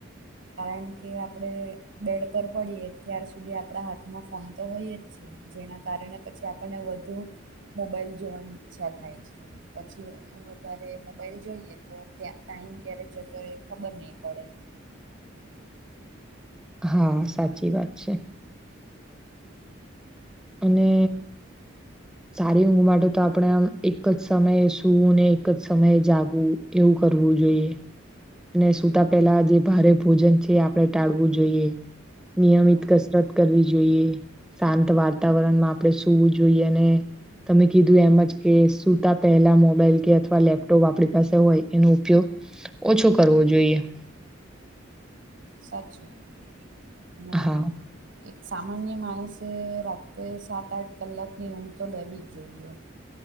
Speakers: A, on the right (about 70°); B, in the centre.
A: કારણ કે આપડે બેડ પર પડીએ ત્યાર સુધી આપડા હાથમાં ફોન તો હોઈ જ છે. જેના કારણે પછી આપને વધુ મોબાઈલ જોવાની ઈચ્છા થાય છે. પછી વધારે મોબાઈલ જોઈએ તો ત્યા ટાાઈમ ક્યારે જતો હોય એ ખબર નહીં પડે.
B: હા સાચી વાત છે. અને
A: હમ્મ.
B: સારી ઊંઘ માટે તો આપણે આમ એક જ સમયે સુવું ને એક જ સમયે જાગવું. એવું કરવું જોઈએ. અને સુતા પેલા જે ભારે ભોજન છે આપણે ટાળવું જોઈએ નિયમિત
A: હા
B: ક કસરત કરવી જોઈએ શાંત વાતાવરણમાં આપણે સુૂવું જોઈએ અને તમે કીધું એમજ કે સૂતા પહેલા મોબાઈલ કે અથવા લેપટોપ આપણી પાસે હોય એનો ઉપયોગ
A: <inaudible>
B: ઓછો કરવો જોઈએ.
A: સાત જોોપો <unintelligible> અને
B: હા
A: એક સામાન્ય માણસે રાત્ર સાત આઠ કલાકની ઊંઘ તો લેવી જ જોઈએ.